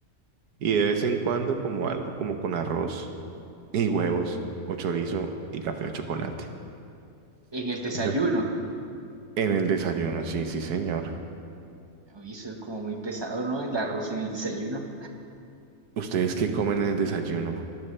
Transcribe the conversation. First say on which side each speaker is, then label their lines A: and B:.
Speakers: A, on the right (about 80°); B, on the right (about 20°).
A: Y de vez en cuando como algo como con arroz. y huevos o chorizo y café o chocolate.
B: En el desayuno.
A: Eso es En el desayuno, sí, sí, señor.
B: Uy, eso es como muy pesado, ¿no? El arroz en el desayuno.
A: ¿Ustedes qué comen en el desayuno?